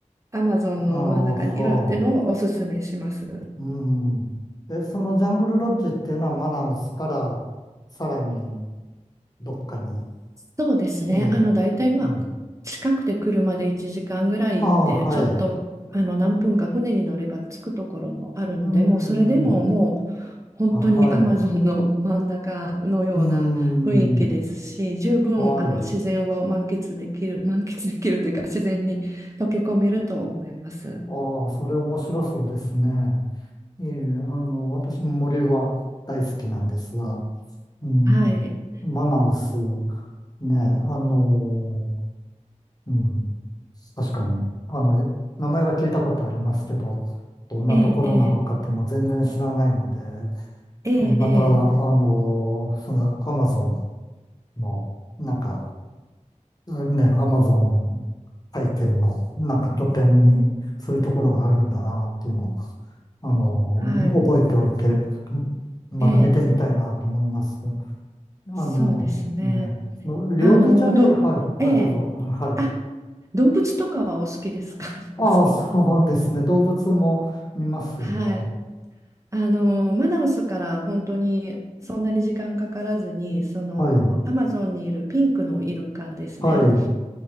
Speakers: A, on the right; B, on the left.
A: アマゾンの真ん中にいるっていうのをおすすめします。
B: ああ、はあ、うん。え、そのジャングルロッジっていうのはマナウスからさらにどっかに、
A: そうですね。
B: ええ、
A: あの、大体まあ、
B: うん。
A: 近くて車で1時間ぐらい行って、
B: ああ、はい。
A: ちょっと、あの、何分か船に乗れば着くところもあるので、
B: うん、
A: もうそれでももう、本当にアマゾンの真ん中のような雰囲気ですし、
B: あ、はい。うん、
A: 十分、
B: はい。
A: あの、自然を満喫できる、満喫できるというか、自然に溶け込めると思います。
B: ああ、それ面白そうですね。ええ、あの、私も森は大好きなんですが、うん、
A: はい。
B: マナウス。ねえ、あのーうん、確かに、あの、名前は聞いたことありますけど、どんなところなのかっていうのを全然知らないので、
A: ええ、ええ、ええ、
B: えまた、あのーその、
A: ええ
B: アマゾンの、なんか、ね、アマゾン体験の、なんか拠点に、そういうところがあるんだなっていうのを、あのー覚えておいて、
A: はい。
B: また見てみたいなと思います。
A: ええ、
B: あのね、
A: そうですね。
B: そのリオデジャネイロ、
A: あの、ど、
B: はい、
A: ええ。
B: あ、どうぞ、はい。
A: あ、動物とかはお好きですか
B: ああ、
A: <laughs> お好き
B: そうですね。動物も見ますよ。
A: はい。あの、マナウスから本当にそんなに時間かからずに、その、
B: はい。
A: アマゾンにいるピンクのイルカですね。
B: はい。